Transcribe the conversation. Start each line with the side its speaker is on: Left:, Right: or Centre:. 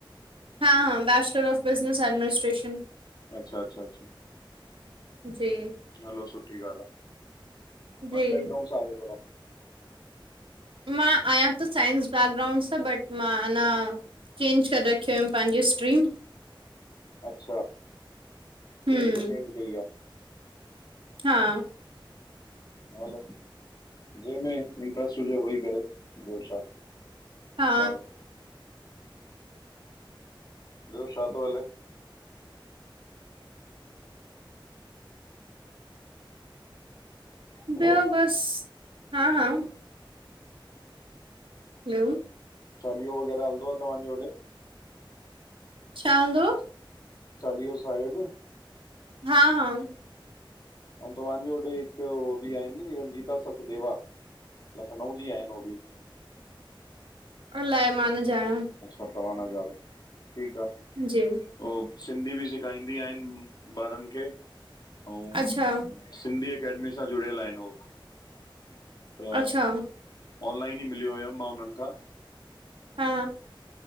Right: हा -हा, बैचलर ऑफ बिज़नस एडमिनिस्ट्रेशन।
Left: अच्छा -अच्छा -अच्छा,
Right: जी
Left: हलो सुठी ॻाल्हि आ। कोमर्स
Right: जी
Left: बेकग्राउड सां आहियो तथां <unintelligible>
Right: मां आहियां त साइंस बैकग्राउंड सां बट मां अना चेंज करे रखियोमि पंहिंजी स्ट्रीम,
Left: अच्छा,
Right: हम्म
Left: फील्ड चेंज कई आ।
Right: हा।
Left: हलो जेमें इंट्रस्ट हुजे उह ई करे, ॿियो छा?
Right: हा।
Left: माण्हू ॿियो छा तो हले? हलो
Right: ॿियो बसि हा- हा। हलो
Left: चालिहों वग़ैरह हलंदो आ तव्हांजे होॾे?
Right: छा हलदो आ?
Left: चालीओ साहिब
Right: हा हा
Left: अऊं तव्हांजो <unintelligible> हिक हो बि आहिन न रंजीता सचदेवा लखनऊ जी आहिन हो भी
Right: अलाए मां न ॼाणा
Left: अच्छा तवां न ॼाणो ठीक आ
Right: जी
Left: हो सिंधी बि सेखाईदी आहिन ॿारन खे अऊं
Right: अच्छा
Left: सिंधी अकेडमी सां जुड़ियल आहिन हो त
Right: अच्छा
Left: ऑनलाइन ई मिलियो हुयम मां हुनन खां
Right: हा